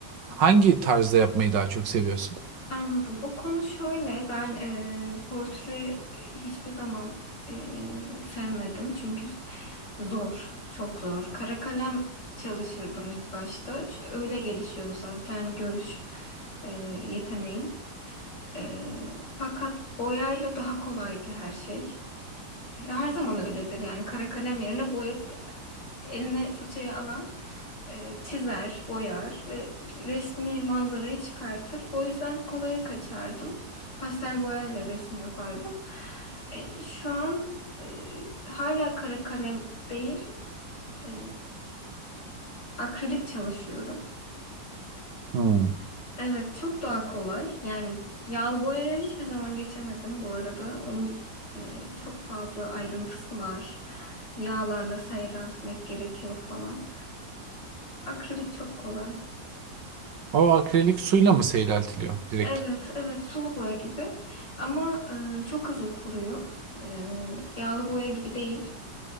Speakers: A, on the right; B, on the left.
A: Hangi tarzda yapmayı daha çok seviyorsun?
B: Anladım. O konu şöyle, ben e, portre e, hiçbir zaman e, sevmedim çünkü zor, çok zor. Kara kalem çalışırdım ilk başta. Ç- Öyle gelişiyor zaten görüş e, yeteneğin. E, fakat boyayla daha kolaydı her şey. Her zaman öyledir yani kara kalem yerine boya eline fırçayı alan e, çizer, boyar ve resmi manzarayı çıkartır. O yüzden kolaya kaçardım. Pastel boyayla resim yapardım. E, şu an e, hala kara kalem değil, e, akrilik çalışıyorum.
A: Hmm.
B: Evet, çok daha kolay. Yani yağlı boyaya hiçbir zaman geçemedim bu arada. Onun e, çok fazla ayrıntısı var. Yağlarla seyreltmek gerekiyor falan. Akrilik çok kolay.
A: O akrilik suyla mı seyreltiliyor direkt?
B: Evet, evet sulu boya gibi ama e, çok hızlı kuruyor. E, yağlı boya gibi değil.